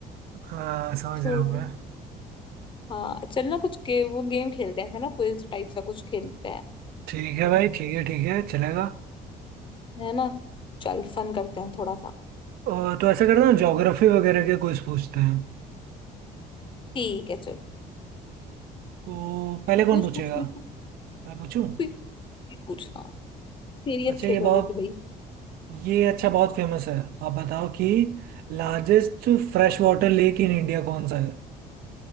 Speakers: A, on the right (about 65°); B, on the left (about 30°).
A: हाँ समझ
B: छोड़ो
A: रहा हूँ मैं
B: हाँ चल ना कुछ गे, वो गेम खेलते हैं ऐसा ना क्विज टाइप सा कुछ खेलते हैं
A: ठीक है भाई ठीक है ठीक है चलेगा
B: है ना चल फन करते हैं थोड़ा सा
A: और तो ऐसा करते हैं ज्योग्राफी वगैरह के कुछ पूछते हैं
B: ठीक है चल
A: तो पहले
B: पूछ
A: कौन पूछेगा
B: पूछ तू ही पूछ
A: मैं पूछूं
B: तू ही- तू ही पूछ हाँ तेरी
A: अच्छा
B: अच्छी
A: ये
B: है ज्योग्राफी
A: बताओ
B: भाई
A: ये अच्छा बहुत फेमस है आप बताओ कि largest fresh water lake in India कौन सा है